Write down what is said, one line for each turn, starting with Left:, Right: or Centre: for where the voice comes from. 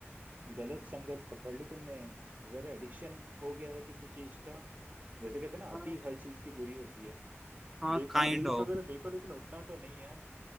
Right: गलत संगत पकड़ ली तुमने अगर एडिक्शन हो गया है किसी चीज का जैसे कहते हैं ना
Centre: है
Right: अति हर चीज की बुरी होती है
Centre: हाँ
Right: देखो
Centre: काइंड
Right: रील्स
Centre: ऑफ
Right: वगैरह देखो लेकिन उतना तो नहीं यार